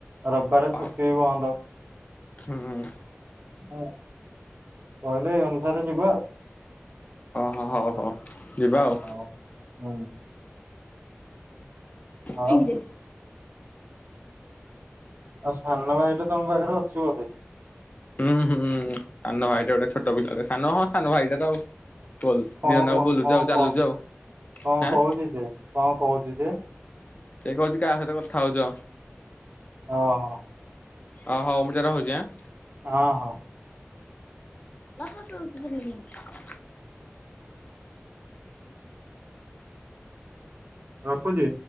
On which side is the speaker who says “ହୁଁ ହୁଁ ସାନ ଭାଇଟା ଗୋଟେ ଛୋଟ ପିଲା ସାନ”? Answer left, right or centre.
Left